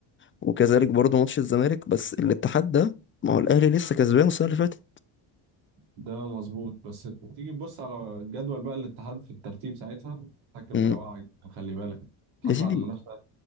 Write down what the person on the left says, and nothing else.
وكذلك برضه ماتش الزمالك بس الاتحاد ده ما هو الاهلي لسه كسبان السنه اللي فاتت
امم
يا سيدي